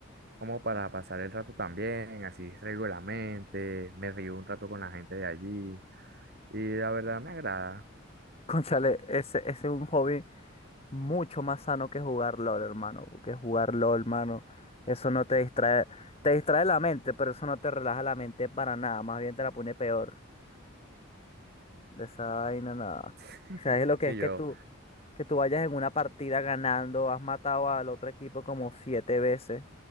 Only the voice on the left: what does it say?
<laughs> Cónchale, ese, ese es un hobby mucho más sano que jugar LOL, hermano. Porque jugar LOL, hermano, eso no te distrae. Te distrae la mente, pero eso no te relaja la mente para nada. Más bien te la pone peor. De esa vaina, nada.
¿Sabes lo que
es
que tú, que tú vayas en una partida ganando, has matado al otro equipo como siete veces